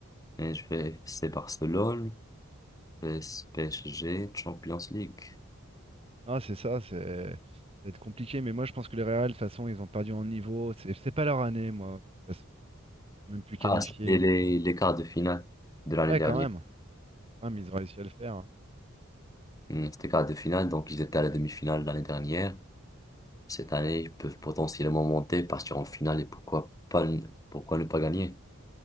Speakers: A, on the left; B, on the right.
A: Et je fais FC Barcelone, PS PSG, Champions League.
B: Ah, c'est ça, c'est ça va être compliqué, mais moi je pense que les Real, de toute façon, ils ont perdu en niveau. C'est c'est pas leur année, moi, de toute façon. Même plus qualifiés.
A: Ah, c'était les, les quarts de finale de l'année
B: Ouais,
A: dernière.
B: quand même. Quand même, ils ont réussi à le faire. hein.
A: Hmm, C'était quarts de finale, donc ils étaient à la demi-finale l'année dernière. Cette année, ils peuvent potentiellement monter, partir en finale et pourquoi pas, pourquoi ne pas gagner?